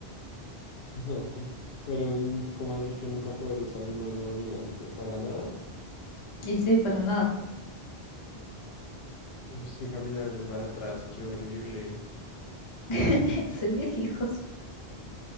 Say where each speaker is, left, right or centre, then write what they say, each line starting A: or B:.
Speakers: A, on the left; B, on the left.
A: <laughs> Pero, mm, ¿cómo así que nunca poder usar mi mano dominante? ¿Para nada?
B: Y sí, para nada.
A: Uf, es que caminar de para atrás, qué horrible.
B: <laughs> Serías hijos.